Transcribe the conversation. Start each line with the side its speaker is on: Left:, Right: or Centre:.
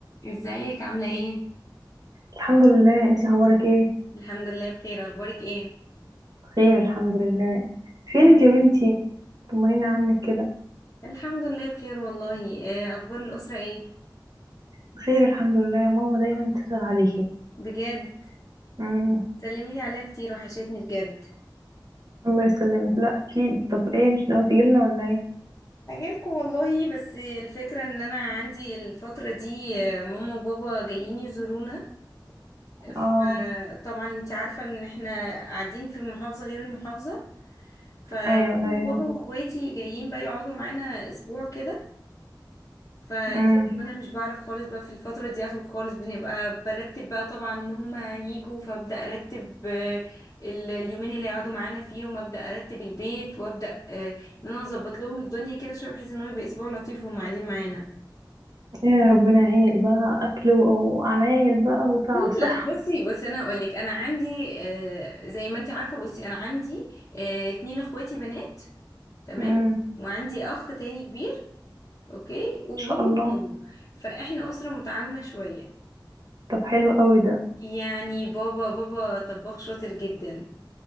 Left: ازيك عاملة ايه؟
Right: الحمد لله انتي اخبارك ايه
Left: الحمد لله بخير اخبارك ايه
Right: بخير الحمد لله فينك
Left: طب-
Right: يا بنتي طمنيني عنك كده
Left: الحمد لله بخير والله آه، اخبار الاسره ايه
Right: بخير الحمد لله ماما دايما بتسأل عليكي
Left: بجد
Right: امم
Left: سلمي لي عليها كتير وحشتني بجد
Right: الله يسلمك لا اكيد طب ايه مش ناوي تجيلنا ولا ايه
Left: اجيلكم والله بس الفكره ان انا عندي الفتره دي آه، ماما وبابا جايين يزورونا فطبعا
Right: اه
Left: انت عارفه ان احنا قاعدين في محافظه غير المحافظه فماما
Right: ايوه
Left: وبابا
Right: ايوه
Left: واخواتي جايين بقى يقعدوا معانا اسبوع كده فالفكرة
Right: امم
Left: ان انا مش بعرف خالص بقى في الفترة دي اخرج خالص بنبقى برتب بقى طبعا ان هما هيجوا فابدأ ارتب آه، ال- اليومين اللي هيقعدوا معانا فيهم ابدأ ارتب البيت وابدأ آه، ان انا اظبط لهم الدنيا كده شوية بحيث ان هو يبقى اسبوع لطيف وهم قاعدين معانا
Right: يا ربنا يعينك بقى اكل و- وعمايل بقى وتعب
Left: لا
Right: صح
Left: لا بصي بصي انا هقول لك انا عندي آه، زي ما انت عارفة بصي انا عندي آه، اتنين اخواتي بنات تمام
Right: امم
Left: وعندي اخ تاني كبير اوكي وبابا
Right: ان شاء الله
Left: وماما فاحنا اسرة متعاونة شوية
Right: طب حلو قوي ده
Left: يعني بابا بابا طباخ شاطر جدا